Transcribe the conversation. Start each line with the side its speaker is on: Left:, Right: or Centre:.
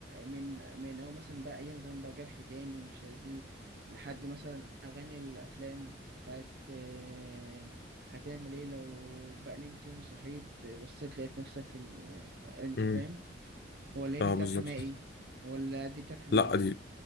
Right: من من أول مثلا بقى أيام زمان بقى جرح تاني ومش عارف إيه لحد مثلا أغاني الأفلام بتاعت آه، هتعمل إيه لو بقى نمت يوم صحيت آه، بس لقيت نفسك في ال... آه، أنت
Left: امم
Right: فاهم ولا هي
Left: اه
Right: دي بتاعت
Left: بالظبط
Right: حماقي ولا دي بتاعت حماقي
Left: لا دي